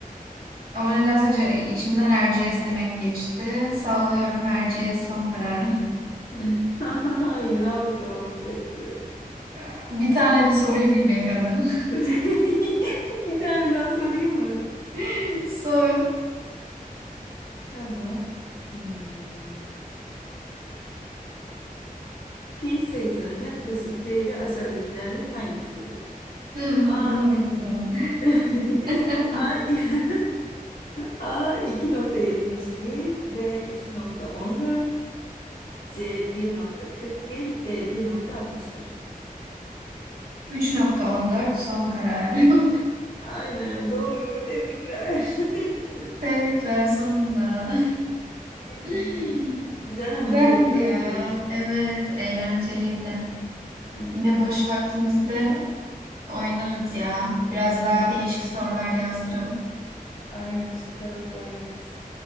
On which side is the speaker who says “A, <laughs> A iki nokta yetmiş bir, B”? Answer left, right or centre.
Left